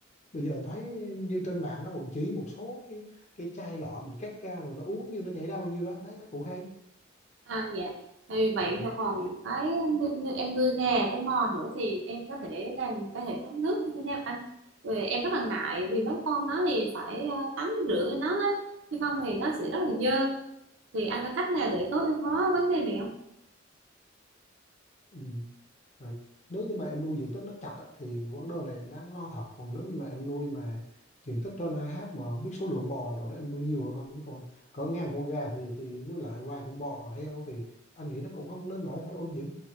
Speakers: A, on the left; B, on the right.
A: bây giờ mình thấy như trên mạng nó quần chỉ một số cái cái chai lọ mình cắt ra rồi nó uống nhiêu nó chảy ra bao nhiêu đó đấy nó cũng hay
B: à dạ thì vậy
A: ừ.
B: thì còn cái như, như em nuôi gà với bò nữa thì em có thể làm cái hệ thống nước như thế nào anh rồi em rất là ngại vì mấy con nó thì phải ờ, tắm rửa cho nó á chứ không thì nó sẽ rất là dơ thì anh có cách nào để tối ưu hóa vấn đề này không
A: Ừ. Rồi, nếu như mà em nuôi diện tích nó chặt á, thì vấn đề này em đáng lo thật còn nếu như mà em nuôi mà diện tích trên AH mà không biết số lượng bò rồi đó em nuôi nhiều hay không chứ còn có ngàn con gà thì thì với lại vài con bò heo thì anh nghĩ nó cũng không đến nỗi phải ô nhiễm